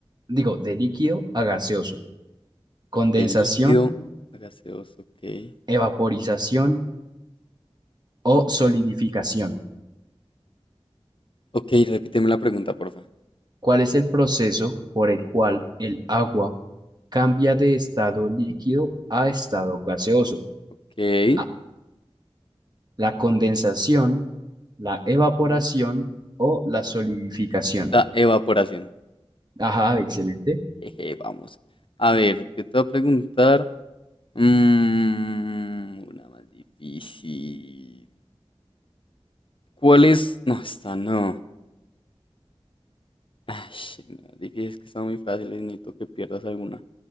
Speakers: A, on the right; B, on the left.
A: digo, de líquido a gaseoso? Condensación,
B: De líquido a gaseoso, ok.
A: evaporización o solidificación.
B: Ok, repíteme la pregunta, porfa.
A: ¿Cuál es el proceso por el cual el agua cambia de estado líquido a estado gaseoso?
B: Ok.
A: A, la condensación, la evaporación
B: Ujú.
A: o la solidificación.
B: La evaporación.
A: Ajá, excelente.
B: <laughs> Jeje, vamos. A ver, yo te voy a preguntar. mm, una más difícil. ¿Cuál es? No, esta no. Ay, no, difícil es que está muy fácil. Necesito que pierdas alguna.